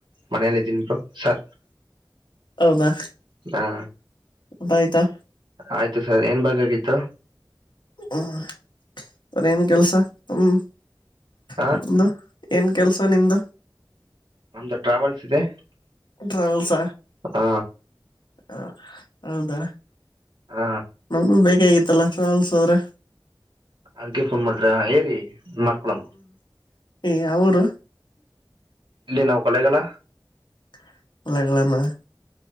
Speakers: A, on the right; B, on the left.
A: ಮನೇಲ್ಲ ಇದೀನ್ರು ಸ
B: ಹೌದಾ
A: ಹಾ
B: ಊಟ ಆಯ್ತಾ
A: ಆಯ್ತ ಸರ್ ಏನ್ ಬಾಗ ಆಗಿತ್ತು?
B: ಹ್ಮ ಸರೇನ್ ಕೆಲ್ಸ್ ಹ್
A: ಹ
B: ಏನ್ ಕೆಲ್ಸ ನಿಮ್ದ?
A: ನಮ್ದು ಟ್ರಾವೆಲ್ಸ್ ಇದೆ.
B: ಟ್ರಲ್ಸ
A: ಹ
B: ಹ ಹೌದಾ?
A: ಹ
B: ನಮಗೂ ಬೇಕಾಗಿತ್ತಲ್ಲ ಟ್ರಾವೆಲ್ಸ್ ಅವ್ರೆ
A: ಅದಕ್ಕೆ ಫೋನ್ ಮಾಡಿದ್ರಾ, ಹೇಳಿ ಮಾಡ್ಕೊಳಮ್ಮ.
B: ಏ ಯಾವರು?
A: ಇಲ್ಲಿ ನಾವು ಕೊಳ್ಳೆಗಲ
B: <unintelligible>